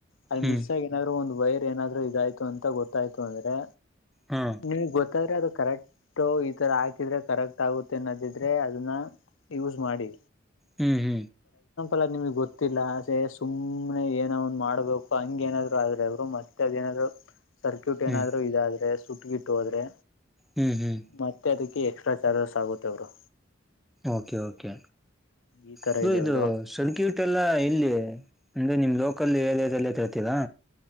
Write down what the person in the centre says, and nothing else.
ಹ್ಮ್
ಹಾ
ಹೂ ಹೂ
ಹ್ಮ್
ಹ್ಮ್ ಹ್ಮ್
ಓಕೆ ಓಕೆ
ಅದು
ಇದು
ಸರ್ಕ್ಯೂಟ್ ಎಲ್ಲ ಎಲ್ಲಿ ಅಂದ್ರೆ ನಿಮ್ ಲೋಕಲ್ ಏರಿಯಾದಲ್ಲ ಕೇಳ್ತೀರಾ